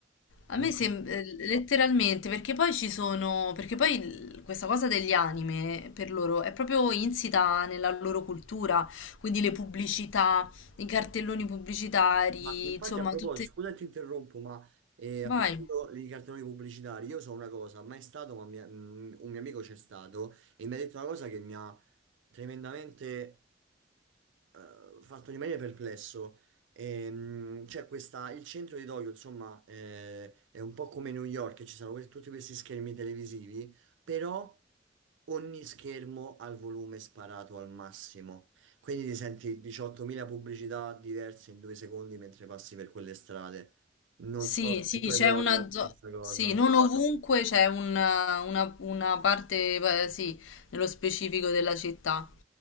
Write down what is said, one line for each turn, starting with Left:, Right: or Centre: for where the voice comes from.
Left: A
Right: No,
Left: me sembra letteralmente, perché poi ci sono, perché poi il- questa cosa degli anime per loro è proprio insita nella loro cultura, quindi le pubblicità, i cartelloni pubblicitari,
Right: ma infatti
Left: insomma,
Right: a proposito,
Left: tutte...
Right: scusa se ti interrompo, ma eh,
Left: Vai.
Right: a proposito di cartoni pubblicitari, io so una cosa, mai stato, ma mi- mm, un mio amico c'è stato e mi ha detto una cosa che mi ha tremendamente eh, fatto rimanere perplesso. Ehm, c'è questa, il centro di Tokyo, insomma, eh, è un po' come New York, che ci sono que- tutti questi schermi televisivi, però ogni schermo ha il volume sparato al massimo. Quindi ti senti 18.000 pubblicità diverse in due secondi mentre passi per quelle strade. Non
Left: Sì,
Right: so
Left: sì,
Right: se tu hai
Left: c'è
Right: provato
Left: una
Right: la stessa
Left: zona.
Right: cosa.
Left: Sì, non ovunque c'è una, una- una parte, eh, sì, nello specifico della città.